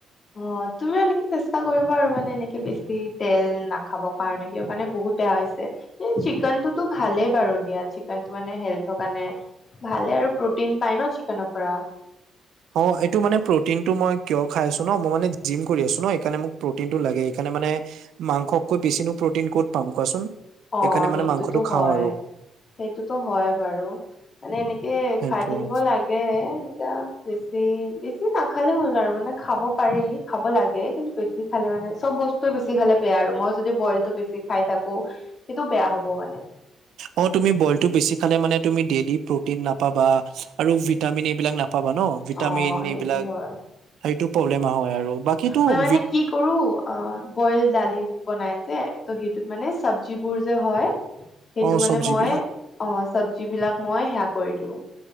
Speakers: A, on the left; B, on the right.
A: অ তুমিও এনেকে চেষ্টা কৰিবা আৰু মানে এনেকে বেছি তেল নাখাব কাৰণে কিহৰ কাৰণে বহুত বেয়া হৈছে এ চিকেনটোতো ভালে বাৰু দিয়া চিকেনটো মানে হেল্থৰ কাৰণে। ভালে আৰু প্ৰটিন পায় নহ চিকেনৰ পৰা।
B: অ এইটো মানে প্ৰটিনটো মই কিয় খাই আছোঁ নহ মই মানে জিম কৰি আছোঁ নহ এইকাৰণে মোক প্ৰটিনটো লাগে এইকাৰণে মানে মাংসকৈ বেছিনো প্ৰটিন ক'ত পাম কোৱাচোন?
A: অ
B: সেইকাৰণে মানে
A: সেইটোতো
B: মাংসটো খাওঁ
A: হয়।
B: আৰু
A: সেইটোতো হয় বাৰু মানে এনেকে
B: সেইটোৱে
A: খাই থাকিব লাগে। এতিয়া বেছি, বেছি নাখালে হ'ল আৰু মানে। খাব পাৰি খাব লাগে কিন্তু বেছি খালে মানে চব বস্তুয়ে বেছি খালে বেয়া আৰু মই যদি বইলটো বেছি খাই থাকোঁ। সেইটো বেয়া হ'ব মানে।
B: অ তুমি বইলটো বেছি খালে মানে তুমি ডেইলি প্ৰ'টিন নাপাবা আৰু ভিট টামিন এইবিলাক নাপাবা নহ ভিটামিন
A: অ', সেইটো
B: এইবিলাক
A: হয়।
B: সেইটো প্ৰব্লেম হয় আৰু। বাকীটো
A: মই মানে
B: ভি
A: কি কৰো অ', বইল দালি বনাই যে ত' সেইটোত মানে চবজিবোৰ যে হয়
B: <inaudible>
A: সেইটো মানে
B: চব্জি
A: মই
B: বিলাক
A: অ', চব্জি বিলাক মই সেয়া কৰি দিওঁ